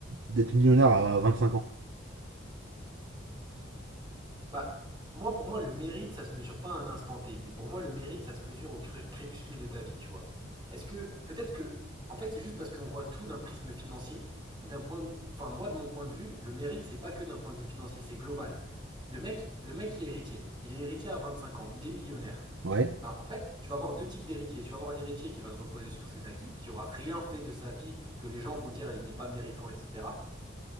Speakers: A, on the right; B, on the right.
A: d'être millionnaire à 25 ans
B: Bah, moi, pour moi, le mérite, ça se mesure pas à un instant T, mais pour moi, le mérite, ça se mesure au cré- crépuscule de ta vie, tu vois. Est-ce que, peut-être que, en fait, c'est juste parce qu'on voit tout d'un prisme financier, mais d'un point de, enfin, moi, de mon point de vue, le mérite, c'est pas que d'un point de vue financier, c'est global. Le mec, le mec qui est héritier, il est héritier à 25 ans, il est millionnaire.
A: Ouais.
B: Bah, en fait, tu vas avoir deux types d'héritiers. Tu vas avoir l'héritier qui va se reposer sur ses acquis, qui aura rien fait de sa vie, que les gens vont dire il n'est pas méritant, etc